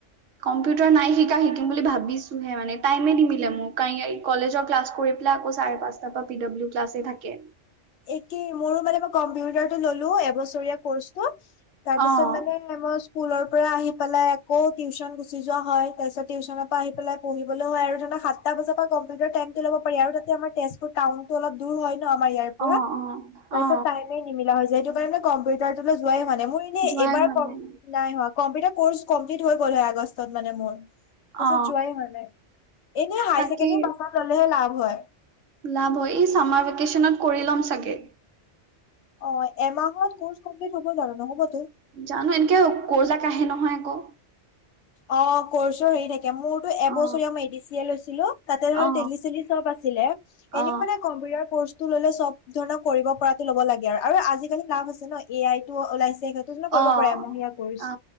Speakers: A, on the right; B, on the left.
A: কম্পিউটাৰ নাই শিকা শিকিম বুলি ভাবিছোহে মানে টাইমটো নিমিলে মোৰ, কলেজৰ ক্লাছ কৰি চাৰে পাচটা পৰা আকৌ পি ডব্লিউ ক্লাছো থাকে।
B: একেই, মোৰো মানে মই কম্পিউটাৰটো ল'লো এবছৰীয়া কৰ্চটো। তাৰপিছত
A: অ'।
B: মানে মই স্কুলৰ পৰা আহি পেলাই আকৌ টিউশ্যন গুচি যোৱা হয়, তাৰ পিছত টিউশ্যনৰ পৰা আহি পেলাই পঢ়িবলৈ হয়। আৰু ধৰিল সাত টা বজাৰ পৰা কম্পউটাৰ টাইমটো ল'ব‌ পাৰি। আৰু তাতে আমাৰ তেজপুৰ টাউনো অলপ দূৰ হয় ন, আম ইয়াৰ পৰা।
A: অ
B: তাৰপিছত
A: অ অ
B: টাইমে নিমিলা হৈ যায়। সেইটো কাৰণে মই কম্পিউটাৰটোলৈ যোৱাই হোৱা নাই। মানে মোৰ
A: যোৱাই
B: এইবাৰ
A: হোৱা নাই
B: নাই কম্পিউটাৰ কৰ্চ কমপ্লিট হৈ গ'ল হয় আগষ্টত মানে মোৰ। তাৰপিছত
A: অ
B: যোৱাই হোৱা নাই। এনেই হায়াৰ
A: তাকে
B: ছেকেণ্ডৰীৰ পাছত ল'লেহে লাভ হয়।
A: লাভ হয়। এই চামাৰ ভেকেশ্যনত কৰি ল'ম চাগে।
B: অ' এমাহত কৰ্চ কমপ্লিট হ'ব জানো নহ'বতো?
A: জানো এনেকে ক যাক আহে নহয় আকৌ।
B: অ' কৰ্চৰ হেৰি থাকে। মোৰ এবছৰীয়া
A: অ
B: মই এডি চি এ লৈছিলো, তাতে ধৰা
A: অ
B: তেলি চেলি চব আছিলে।
A: অ
B: এনেও মানে কম্পিউটাৰ কৰ্চটো ল'লে চব ধৰণৰ কৰিব পৰাটো ল'ব লাগে আৰু। আৰু আজিকালি লাভ আছে ন। 'এ আই' টো ওলাইছে, সেইটো জানো
A: অ
B: কৰিব পাৰে এমহীয়া ক'ৰ্চ।
A: অ